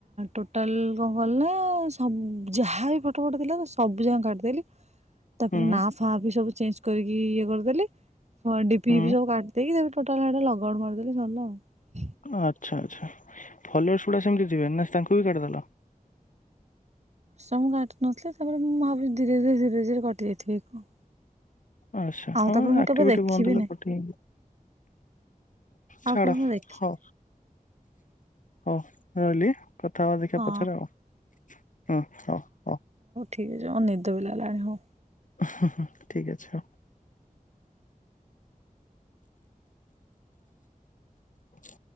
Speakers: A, on the right; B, on the left.
A: ଟୋଟାଲ କଣ କଲା ସବୁ ଯାହାବ ଫଟୋ ଫଟ ଥିଲା ସବୁ ଯାଁ କାଟିଦେଲି ତାପରେ
B: ହୁଁ
A: ନା ଫା ସବୁ ଚେଞ୍ଜ୍ ଇଏ କରିଦେଲେ ହଁ ଡିପି
B: ହୁଁ
A: ହିପି ସବୁ କାଟଦେଇକିି ପରେ ଫୋଟାଟା ଲଗ୍ଆଉଟ୍ ମାରଦେଲି ସରଲା ଆଉ।
B: ଆଚ୍ଛା ଆଚ୍ଛା ଫଲୋଅର୍ସଶ୍ ଗୁଡାକ ସେମିତି ଥିବେ ନା ତାଙ୍କୁ ବି କାଟିଦେଲ?
A: ସବୁ କାଟି ନଥିଲେ ତାପରେ ମୁଁ ଭାବୁଛି ଧୀରେ ଧୀରେ ଧୀରେ ଧୀରେ କଟି ଯାଇଥିବି କଣ
B: ଆଛା
A: ଆଉ
B: ହଁ
A: ତାପରେ ମୁଁ
B: ଆକ୍ଟିଭିଟି
A: କେବେ ଦେଖିବି
B: ବନ୍ଦ ହେଲେ
A: ନାହିଁ
B: କଟି
A: ଆଉ
B: ଛାଡ
A: କେବେ ମୁଁ ଦେଖିନି
B: ହଉ ହଉ। ରହିଲି। କଥା ହବା ଦେଖିବା
A: ହଁ
B: ପଛରେ ଆଉ ହୁଁ ହଉ ହଉ।
A: ଠିକ ଅଛି ମତେ ନିଦ ପବି ଲାଗିଲାଣି ହଉ।
B: ହୁଁ ହୁଁ ହୁଁ ଠିକ ଅଛି। <inaudible>